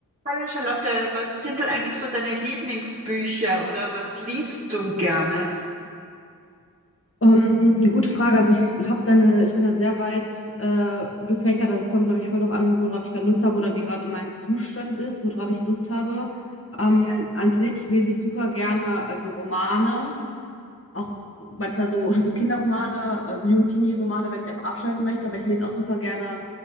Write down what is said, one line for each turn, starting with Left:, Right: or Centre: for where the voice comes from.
Right: Hallo Charlotte, was sind denn eigentlich so deine Lieblingsbücher oder was liest du gerne?
Left: Ähm, gute Frage. Also ich habe da eine, ich bin da sehr weit äh, gefächert. Also es kommt, glaube ich, voll drauf an, worauf ich gerade Lust habe oder wie gerade mein Zustand ist, worauf ich Lust habe. Ähm,
Right: Ja,
Left: an sich lese ich super gerne, also Romane, auch manchmal so, so Kinderromane, also Jugendtini-Romane, wenn ich einfach abschalten möchte. Aber ich lese auch super gerne